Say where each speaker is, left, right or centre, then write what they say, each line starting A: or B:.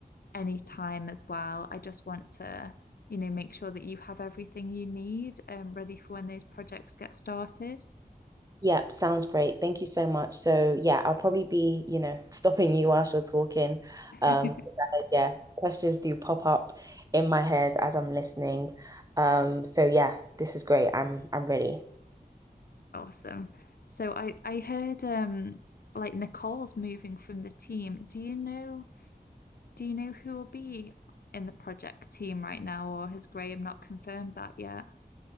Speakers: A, on the left; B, on the right.
A: anytime as well. I just want to, you know, make sure that you have everything you need um, ready for when those projects get started.
B: Yeah, sounds great. Thank you so much. So yeah, I'll probably be, you know, <laughs> stopping you whilst you're talking.
A: <laughs>
B: Um, uh, yeah, questions do pop up in my head as I'm listening. Um, so yeah, this is great. I'm I'm ready.
A: Awesome. So I I heard um like Nicole's moving from the team. Do you know Do you know who will be in the project team right now, or has Graham not confirmed that yet?